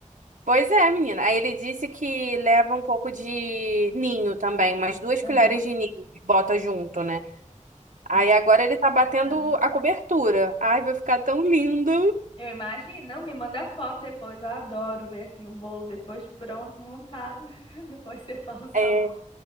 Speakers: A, on the right; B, on the left.
A: Pois é, menina. Aí ele disse que leva um pouco de ninho também, umas duas
B: Aham.
A: colheres de ninho, bota junto, né? Aí
B: dele.
A: agora ele tá batendo
B: Ah,
A: a cobertura. Ai, vai ficar tão lindo.
B: Eu imagino, não, me manda foto depois. Eu adoro ver assim o bolo depois pronto, montado. <laughs> Depois você fala o sabor.
A: É,